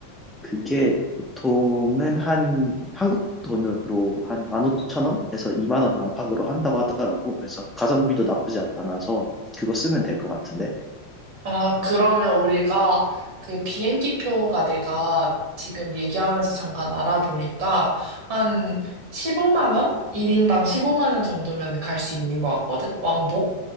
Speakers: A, in the centre; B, on the right.
A: 그게 보통은 한 한국 돈으로 한 15,000원에서 2만 원 안팎으로 한다고 하더라고. 그래서 가성비도 나쁘지 않아서 그거 쓰면 될 것 같은데.
B: 아, 그러면 우리가 그 비행기표가 내가 지금 얘기하면서 잠깐 알아보니까 한 15만 원? 1인당 15만 원 정도면 갈 수 있는 것 같거든? 왕복?